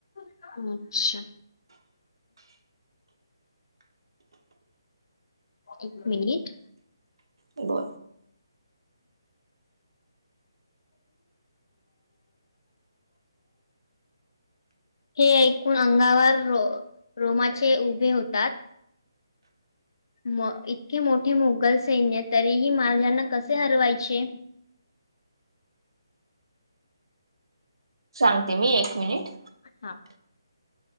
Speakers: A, on the left; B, on the right.
A: अच्छा. एक मिनिट.
B: बा
A: हे ऐकून अंगावर रो रोमाचे उभे होतात. म इतकी मोठी मुघल सैन्य तरीही माज यांना कसे हरवायचे?
B: सांगते मी एक मिनिट.
A: खना.